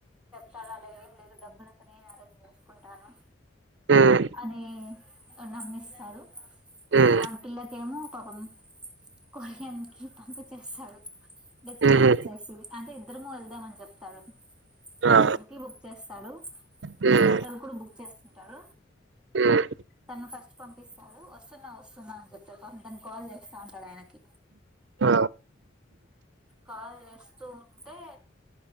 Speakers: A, in the centre; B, on the right.
A: కదాల ఏం లేదు డబ్బులంత నేనె అరేంజ్ చేస్కుంటాను
B: హ్మ్.
A: అదీ నమ్మీస్తారు
B: హ్మ్.
A: ఆ పిల్లకేమో పాపం కొహ్రియన్కి పంపిచేస్తాడు టికెట్
B: హుహు.
A: బుక్ చేసి అంటే ఇద్దరము వెళ్దామని చెప్ తడు
B: ఆ!
A: ఇద్దర్కి బుక్ చేస్తాడు
B: హ్మ్.
A: హోటల్ కూడ్ బుక్ చేస్తుంటాడు
B: హ్మ్.
A: తను ఫస్ట్ పంపిస్తాడు ఒస్సున్నా ఒస్సున్నా అని చెప్తడు పం తను కాల్ చేస్తా ఉంటడైనకి
B: అ
A: కాలేస్తూ ఉంటే